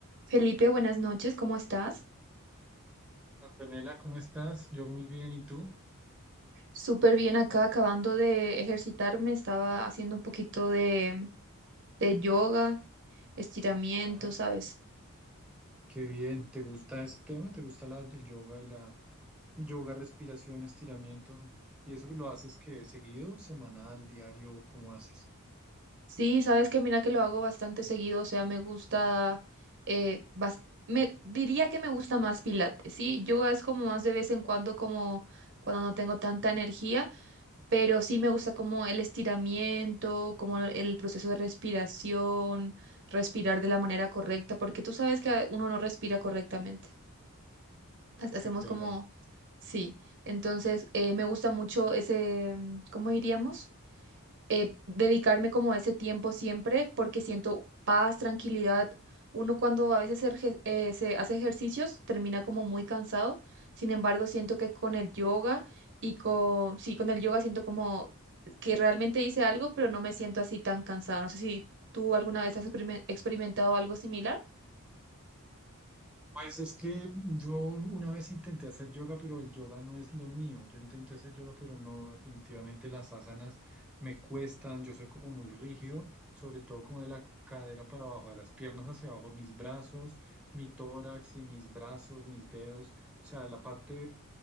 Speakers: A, on the right; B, in the centre.
A: Felipe, buenas noches, ¿cómo estás?
B: Antonella, ¿cómo estás? Yo muy bien, ¿y tú?
A: Súper bien acá, acabando de ejercitarme, estaba haciendo un poquito de, de yoga, estiramiento,
B: Ay,
A: ¿sabes?
B: qué bien, ¿te gusta ese tema? ¿Te gusta la, el yoga y la yoga, respiración, estiramiento? ¿Y eso lo haces que seguido, semanal, diario, cómo haces?
A: Sí, sabes que mira que lo hago bastante seguido, o sea, me gusta, eh, bas- me diría que me gusta más pilates, ¿sí? Yoga es como más de vez en cuando, como cuando no tengo tanta energía, pero sí me gusta como el estiramiento, como el proceso de respiración, respirar de la manera correcta, porque tú sabes que uno no respira correctamente. Ha- Hacemos
B: Es verdad.
A: como, sí, entonces eh, me gusta mucho ese, mm, ¿cómo diríamos? eh, dedicarme como a ese tiempo siempre porque siento paz, tranquilidad. Uno cuando a veces erge- eh, se hace ejercicios termina como muy cansado. Sin embargo, siento que con el yoga y con, sí, con el yoga siento como que realmente hice algo, pero no me siento así tan cansada. No sé si tú alguna vez has experime- experimentado algo similar.
B: Pues es que yo una vez intenté hacer yoga, pero el yoga no es lo mío. Yo intenté hacer yoga, pero no, definitivamente las asanas me cuestan. Yo soy como muy rígido, sobre todo como de la cadera para abajo, de las piernas hacia abajo, mis brazos, mi tórax y mis brazos, mis dedos, o sea, la parte,